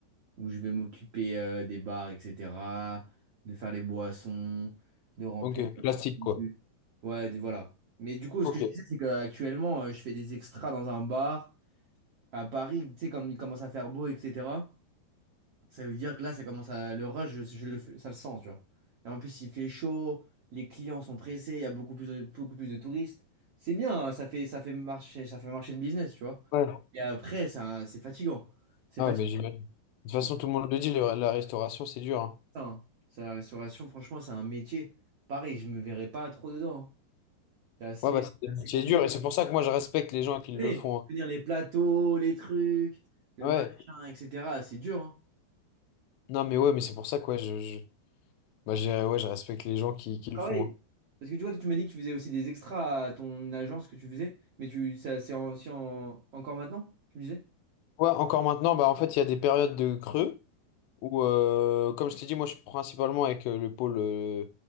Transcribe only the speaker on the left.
Ok, plastique quoi.
Ok.
Ouais.
Ah
ouais, mais j'imagine. De toute façon,
tout le monde le dit, le- la restauration, c'est dur. hein.
Ouais, bah c'est des
métiers
durs et c'est pour ça que moi je respecte les gens qui
le font. hein.
Ouais.
Non, mais ouais, mais c'est pour ça que ouais, je, je- bah, j'ai- ouais, je respecte les gens qui, qui le
font. hein.
Ouais, encore maintenant, bah en fait, il y a des périodes de creux. Ou euh, comme je t'ai dit, moi je suis principalement avec euh, le pôle, euh,